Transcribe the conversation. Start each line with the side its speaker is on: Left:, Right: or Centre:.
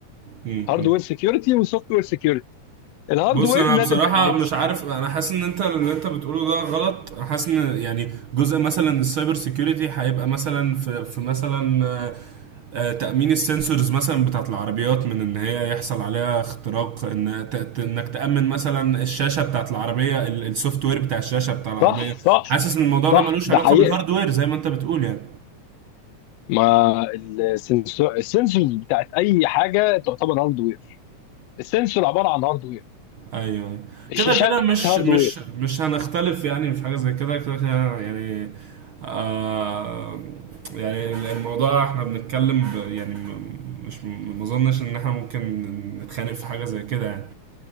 Right: امم
Left: هاردوير سكيورتي وسوفت وير سكيورتي الهاردوير
Right: بص انا
Left: لازم
Right: بصراحه
Left: تامنه
Right: مش عارف انا حاسس ان انت اللي انت بتقوله ده غلط أنا حاسس ان يعني جزء مثلا السايبر سيكيورتي هيبقى مثلا في, في مثلا آه، آه، تامين السنسورز مثلا بتاعت العربيات من ان هي يحصل عليها اختراق ان ت- ت- انك تامن مثلا الشاشه بتاعت العربيه السوفت وير بتاع الشاشه بتاع العربيه
Left: صح صح
Right: حاسس ان الموضوع
Left: صح
Right: ده ملوش
Left: ده
Right: علاقه
Left: حقيقه
Right: بالهاردوير زي ما انت بتقول يعني
Left: ما السنسور السنسورز بتاعت اي حاجه تعتبر هاردوير السنسور عباره عن هاردوير
Right: ايوه أيوة.
Left: الشاشات
Right: كده كده مش
Left: هاردوير
Right: مش مش هنختلف يعني في حاجه زي كده كده كده يعني آه يعني الموضوع احنا بنتكلم ب- يعني م- مش م- ما اظنش ان احنا ممكن نتخانق في حاجه زي كده يعني